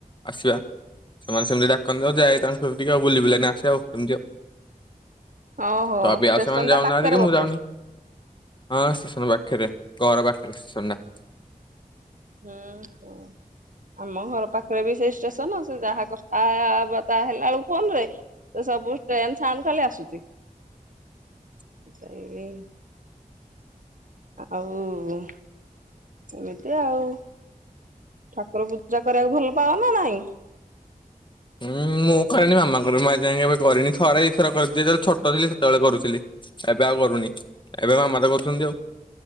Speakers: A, on the left (about 30°); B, on the right (about 60°).
A: ଆସିବା। ସେମାନେ ସେମିତି ଡାକନ୍ତି ଆଉ ଯାଏ ତାଙ୍କ କତିକି ଆଉ ବୁଲି ବୁିଲାକିନା ଆସେ ଆଉ ସେମିତି ଆଉ।
B: ଓହୋ
A: ତ ଏବେ
B: ଷ୍ଟେସନ
A: ଆଉ ସେମାନେ
B: ଟା
A: ଯାଉନାହାନ୍ତି
B: ପାଖରେ
A: କି
B: ବୋଧେ?
A: ମୁଁ ଯାଉନି। ହଁ ଷ୍ଟେସନ ପାଖେରେ ଘର ପାଖେରେ ଷ୍ଟେସନ ଟା।
B: ହଁ ହଁ।
A: ହ
B: ଆମ ଘର ପାଖେରେ ବି ସେଇ ଷ୍ଟେସନ ସେ ଯାହା କଥା ଆ ଆ ଆ ବାର୍ତ୍ତା ହେଲା ବେଳକୁ ଫୋନ ରେ ତ ସବୁ ଟ୍ରେନ ସାଉଣ୍ଡ ଖାଲି ଆସୁଚି।
A: ହ
B: ଚାଇଁବି ଆଉ ଏମିତି ଆଉ। ଠାକୁର ପୂଜା କରିବାକୁ ଭଲ ପାଅ ନା ନାଇଁ?
A: ହୁଁ ହୁଁ ମୁଁ କରେନି ମାମା କରେ ମୁଁ ଆଜି ଯାଏଁ କେବେ କରିନି ଥରେ ଦି ଥରେ କରି ଯେତେବେଳେ ଛୋଟ ଥିଲି ସେତେବେଳେ କରୁଥିଲି। ଏବେ ଆଉ କରୁନି ଏବେ ମାମା ତ କରୁଛନ୍ତି ଆଉ